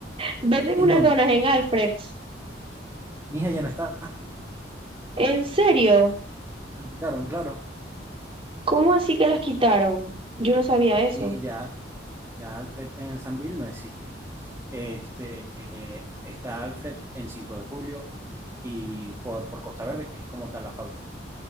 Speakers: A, on the right (about 30°); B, on the right (about 15°).
A: Venden
B: ¿En
A: unas
B: dónde?
A: donas en Alfred's.
B: Mija ya no está,
A: ¿En serio?
B: ya lo quitaron, claro.
A: ¿Cómo así que las quitaron? Yo no sabía eso.
B: Sí, ya, ya Alfred en el Sambil no existe. Este, eh, está Alfred en 5 de julio y por, por Costa Verde, que es como tal la fábrica.